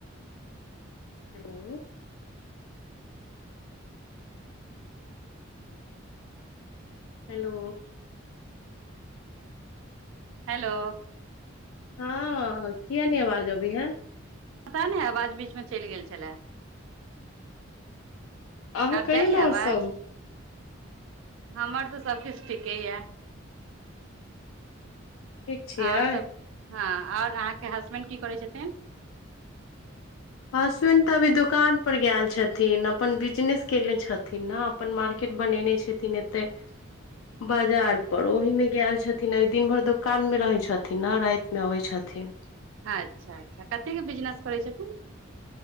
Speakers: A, on the left; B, on the right.
A: हेलो हेलो
B: हेलो
A: हँ कीयै ने आवाज आवै यै
B: पता नहि आवाज बीचमे चलि गेल छलए
A: अहाँ
B: आब
A: कहियौ
B: जाइए
A: ने आओर
B: आवाज
A: सब
B: हमर तऽ सभकिछु ठीके यए
A: ठीक छियै
B: आओर सभ हँ आओर अहाँके हसबैंड की करै छथिन
A: हसबैंड तऽ अभी दोकान पर गेल छथिन अपन बिजनेस कयने छथिन ने अपन मार्केट बनेने छथिन एते बाजार पर ओहिमे गेलल छथिन दिन भरि दोकानमे रहय छथिन ने रातिमे आबाय छथिन
B: अच्छा अच्छा कतेकके बिजनेस करै छथिन